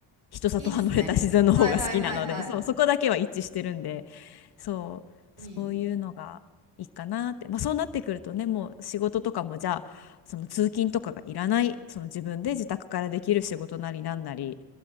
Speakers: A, on the left; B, on the right.
A: 人里離れた自然の方が好きなので、
B: いいですね。はいはいはいはい。
A: <laughs> そう、そこだけは一致してるんで、そう、
B: いい。
A: そういうのがいいかなって。まあそうなってくるとね、もう仕事とかもじゃあ、その通勤とかがいらない、その自分で自宅からできる仕事なりなんなり